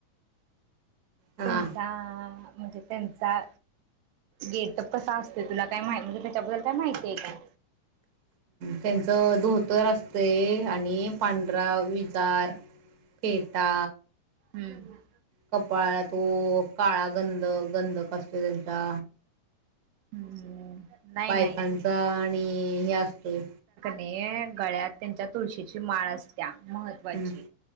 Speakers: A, on the right (about 60°); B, on the right (about 80°).
A: हा
B: त्यांचा म्हणजे त्यांचा गेटप कसा असतय तुला काय माहि म्हणजे त्याच्याबद्दल काय माहिती आहे का?
A: त्यांचं धोतर असतय आणि पांढरा विजार फेटा
B: हम्म
A: कपाळाला तो काळा गंध गंध एक असतो त्यांचा
B: हम्म नाही
A: बायकांचा
B: नाही
A: आणि हे असतोय
B: आणि गळ्यात त्यांच्या तुळशीची माळ असत्या महत्त्वाची
A: हम्म